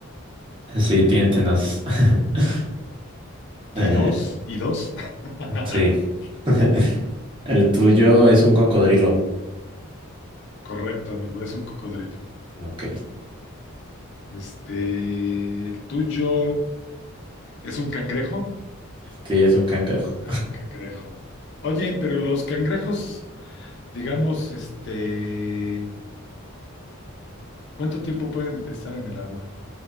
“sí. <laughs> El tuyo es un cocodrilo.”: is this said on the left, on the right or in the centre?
Right